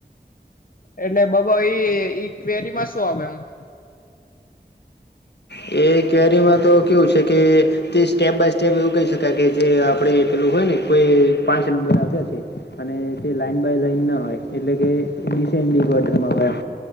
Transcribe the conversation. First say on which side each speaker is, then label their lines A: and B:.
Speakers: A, on the left; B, on the left.
A: એટલે બ બ ઈ ઇ કવેરી માં શું ઓમ <unintelligible>
B: એ કવેરીમાં તો કેવું છે કે. તે સ્ટેપ બાય સ્ટેપ એવું કહી શકાય કે, જે આપડે પેલું હોય ને, કોઈ પાંચ નંબર આપ્યા છે. અને તે લાઈન બાય લાઈન ના હોય, એટલે કે ડીસેન્ડીગ માં હોય એમ.